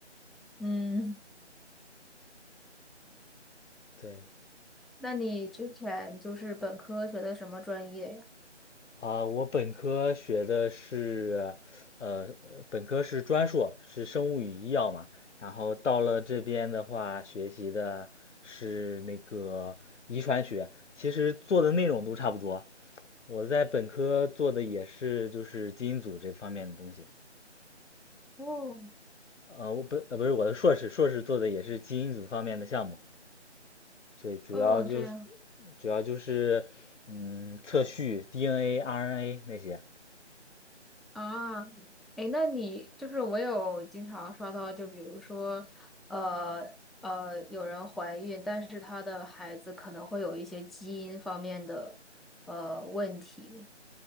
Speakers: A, in the centre; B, on the left.
A: 嗯，
B: 对，
A: 那你之前就是本科学的什么专业呀？
B: 啊，我本科学的是，呃，本科是专硕，是生物与医药嘛。然后到了这边的话，学习的是那个遗传学，其实做的内容都差不多。我在本科做的也是就是基因组这方面的东西。
A: 哦
B: 呃，我本呃不是我的硕士，硕士做的也是基因组方面的项目，所以主要就是
A: 哦，这样。
B: 主要就是嗯测序 DNA、RNA 那些。
A: 啊，哎，那你就是我有经常刷到，就比如说，呃呃，有人怀孕，但是她的孩子可能会有一些基因方面的呃问题，